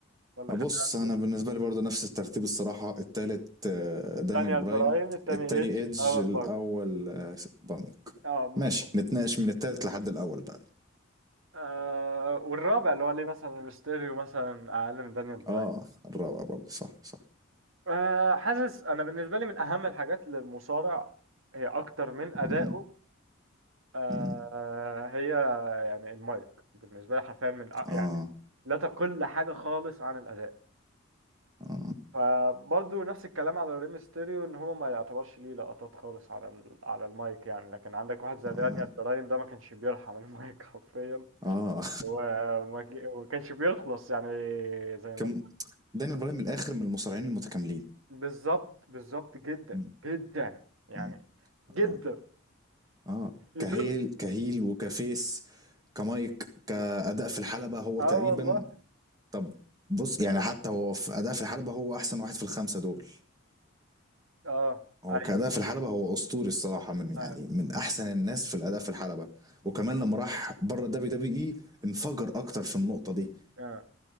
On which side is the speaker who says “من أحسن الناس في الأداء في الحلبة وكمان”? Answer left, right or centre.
Right